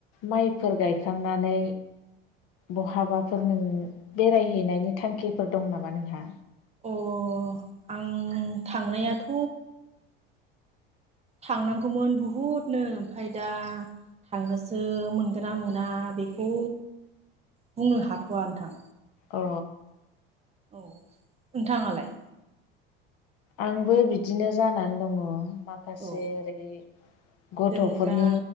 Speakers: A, on the left; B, on the right.
A: माइफोर गायखांनानै बहाबाफोर नों बेरायहैनायनि थांखिफोर दं नामा नोंहा?
B: अ आं थांनायाथ' थांनांगौमोन बहुदनो आमफाय दा थांनोसो मोनगोन ना मोना बेखौ बुंनो हाथ'वा नोंथां।
A: अ
B: औ नोंथाङालाय?
A: आंबो बिदिनो जानानै दङ माखासे
B: औ
A: ओरै गथ'फोरनि
B: जों दा